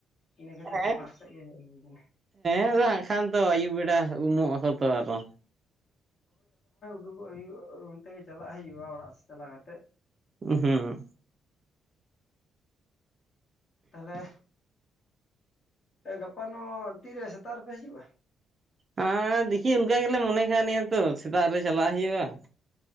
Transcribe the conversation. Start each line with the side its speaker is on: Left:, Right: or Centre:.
Left: ᱤᱱᱟᱹ ᱠᱷᱟᱹᱛᱤᱨ
Right: ᱦᱮᱸ
Left: ᱛᱮ ᱯᱷᱟᱸᱠ ᱥᱮᱫ ᱜᱮ ᱦᱮᱡ ᱦᱩᱭ ᱠᱟᱱᱟ
Right: ᱦᱮᱸ <unintelligible> ᱟᱹᱭᱩᱵ ᱵᱮᱲᱟ <unintelligible>
Left: ᱩᱰᱩᱩᱜᱚᱜ ᱦᱩᱭᱩᱜᱼᱟ ᱚᱱᱛᱮ ᱜᱮ ᱪᱟᱞᱟᱜ ᱦᱩᱭᱩᱜᱼᱟ ᱚᱲᱟᱜ ᱥᱮᱫ ᱪᱟᱞᱟᱣ ᱠᱟᱛᱮ
Right: ᱦᱩᱸ
Left: ᱛᱟᱦᱞᱮ ᱜᱟᱯᱟᱱ ᱛᱤᱨᱮ ᱥᱮᱛᱟᱜ ᱨᱮᱯᱮ ᱦᱤᱡᱩᱜᱼᱟ
Right: ᱦᱮᱸ ᱫᱤᱠᱤ ᱚᱱᱠᱟ ᱜᱮᱞᱮ ᱢᱚᱱᱮ ᱠᱷ ᱱᱤᱭᱟᱹ ᱛᱚ ᱥᱮᱛᱟᱜ ᱨᱮ ᱪᱟᱞᱟᱜ ᱦᱩᱭᱩᱜᱼᱟ